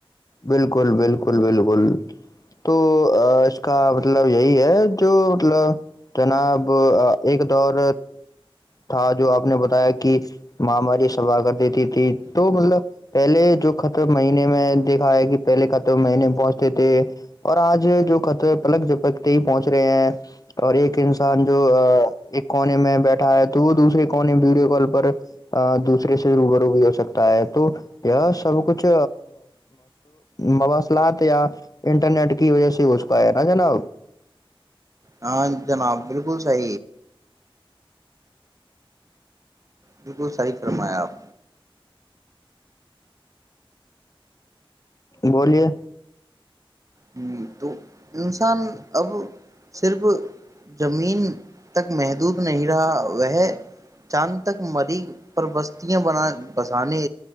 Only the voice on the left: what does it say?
بالکل بالکل بالکل تو اس کا مطلب یہی ہے جو مطلب جناب ایک دور تھا جو آپ نے بتایا کہ مہاماری صفحہ کر دیتی تھی تو مطلب پہلے جو خت مہینے میں دیکھا ہے کہ پہلے خط مہینے پہنچتے تھے اور آج جو خط پلک جپکتے ہی پہنچ رہے ہیں اور ایک انسان جو ایک کونے میں بیٹھا ہے تو وہ دوسرے کونے ویڈیو کال پر دوسرے سے روبرو بھی ہو سکتا ہے تو یہ سب کچھ مواصلات یا انٹرنیٹ کی وجہ سے ہوچکا ہے نا جناب
بولیے